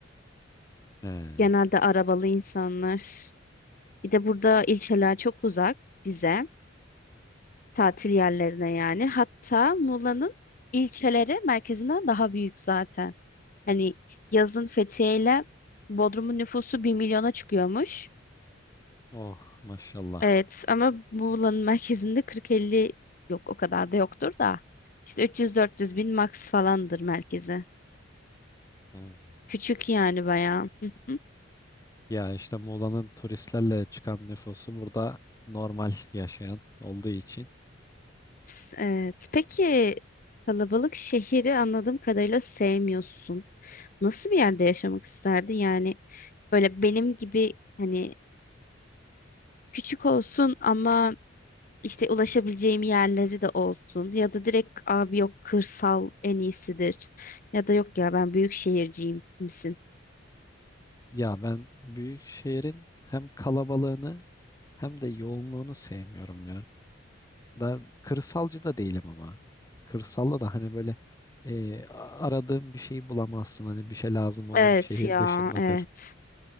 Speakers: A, on the left (about 15°); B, on the left (about 45°).
A: He.
B: Genelde arabalı insanlar. Bir de burada ilçeler çok uzak bize. Tatil yerlerine yani. Hatta Muğla'nın ilçeleri merkezinden daha büyük zaten. Hani yazın Fethiye ile Bodrum'un nüfusu bir milyona çıkıyormuş.
A: Oh maşallah.
B: Evet ama Muğla'nın merkezinde 40-50 yok o kadar da yoktur da. İşte 300-400 bin max falandır merkezi.
A: Hmm.
B: Küçük yani bayağı. Hı hı.
A: Ya işte Muğla'nın turistlerle çıkan nüfusu burada normal yaşayan olduğu için.
B: S- Evet. Peki kalabalık şehri anladığım kadarıyla sevmiyorsun. Nasıl bir yerde yaşamak isterdin? Yani böyle benim gibi hani küçük olsun ama işte ulaşabileceğim yerleri de olsun. Ya da direkt abi yok kırsal en iyisidir. Ya da yok ya ben büyük şehirciyim misin?
A: Ya ben büyük şehrin hem kalabalığını hem de yoğunluğunu sevmiyorum ya. Da kırsalcı da değilim ama. Kırsalda da hani böyle e, a- aradığım bir şeyi bulamazsın. Hani bir şey lazım olur
B: Evet
A: şehir
B: ya
A: dışındadır.
B: evet.